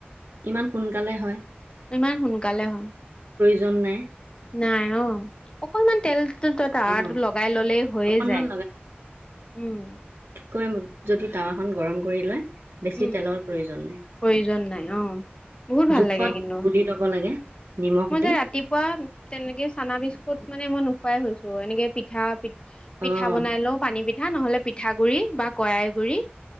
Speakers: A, on the right; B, on the left.
A: ইমান সোনকালে হয়।
B: ইমান সোনকালে হয়।
A: জন নাই
B: নাই অ' অকণমান তেল ত, ত
A: অঁ
B: লগাই ললেই হৈয়ে
A: অকণমান
B: যায় উম।
A: কয় ম যদি টাৱাখন গৰম কৰি লয়। বেছি
B: উম
A: তেলৰ প্ৰয়োজন নাই
B: প্ৰয়োজন নাই অ বহুত ভাল
A: জোখত
B: লাগে কিন্তু
A: গুলি লব লাগে। নিমখ
B: মই
A: দি
B: যে ৰাতিপুৱা তেনেকে চানা বি্চ ত মানে মই নোখোৱাই হৈছো এনেক পিঠা পিঠা
A: অঁ
B: বনাই লও পানী পিঠা। পিঠা নহলে পিঠাগুৰি বা কয়ই গুৰি